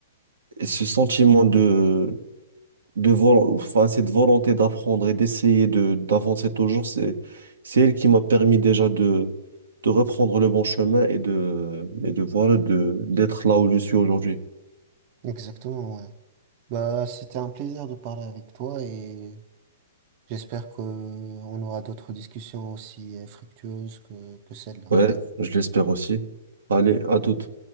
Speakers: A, on the right; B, on the right.
A: et ce sentiment de de vol- enfin, cette volonté d'apprendre et d'essayer de d'avancer toujours, c'est c'est elle qui m'a permis déjà de de reprendre le bon chemin et de et de voilà de d'être là où je suis aujourd'hui.
B: Exactement, ouais. Bah, c'était un plaisir de parler avec toi et J'espère que euh, on aura d'autres discussions aussi euh, fructueuses que, que celle-là.
A: Ouais, je l'espère aussi. Allez, à toute.